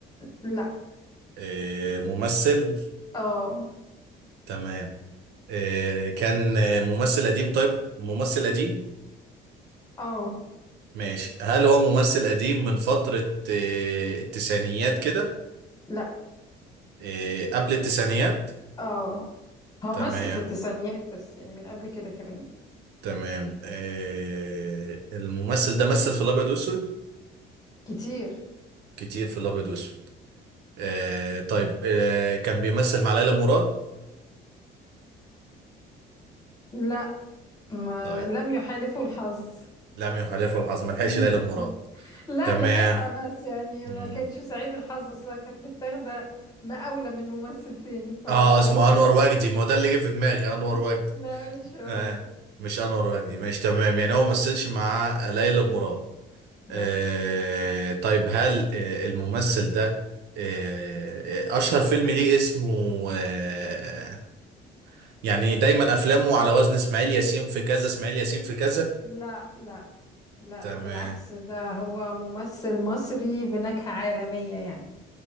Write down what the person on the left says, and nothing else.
لا
اه
اه
لا
اه هو
مثل في التسعينيات بس يعني من قبل كده كمان
كتير
لا ما
لم يحالفه الحظ
<laughs>
لا
لحقها بس يعني
ما كانش سعيد الحظ اصلا كانت متاخده مقاولة من ممثل تاني فما
<laughs>
لا مش هو
لا
لا لا لا
وبالعكس ده هو ممثل مصري بنكهة عالمية يعني